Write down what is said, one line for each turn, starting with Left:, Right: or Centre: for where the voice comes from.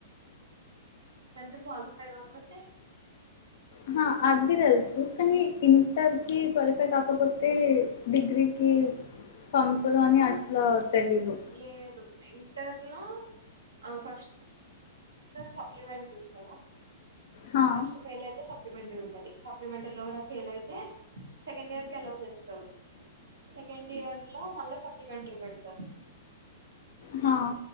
Right: టన్త్ క్వాలిఫై కాకపోతే
Left: అహ అది తెలుసు కానీ ఇంటర్కిి క్వాలిఫై కాకపోతే డిగ్రీకి పంపారు అని అట్లా తెలీదు
Right: లేదు ఆ ఇంటర్ లో ఆ ఫస్ట్ సప్లిమెంటరీ ఉంటదా
Left: హా.
Right: ఫస్ట్ ఫెయిల్ అయితే సప్లిమెంటరీ ఉంటది టది సప్లిమెంటరీ లో కూడా ఫెయిల్ అయితే సెకండ్ ఇయర్ కి అలో చేస్తారు సెకండ్ ఇయర్ లో మళ్ళా సప్లిమెంటరీ పెడతారు
Left: హా